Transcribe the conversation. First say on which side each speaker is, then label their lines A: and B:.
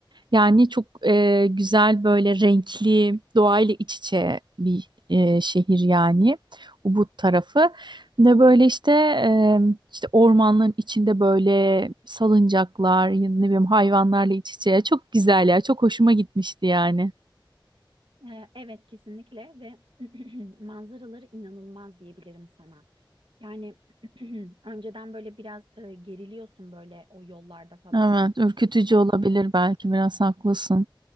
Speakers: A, on the right (about 60°); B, on the right (about 80°).
A: Yani çok e, güzel böyle renkli, doğayla iç içe bir e, şehir yani. Ubud tarafı. Ne böyle işte e, işte ormanların içinde böyle salıncaklar, ya ne bileyim hayvanlarla iç içe. Çok güzel ya. Çok hoşuma gitmişti yani.
B: Ee, evet kesinlikle ve <clears throat> manzaraları inanılmaz diyebilirim sana. Yani <clears throat> önceden böyle biraz e, geriliyorsun böyle o yollarda falan.
A: Evet, ürkütücü
B: Ama,
A: olabilir belki biraz haklısın.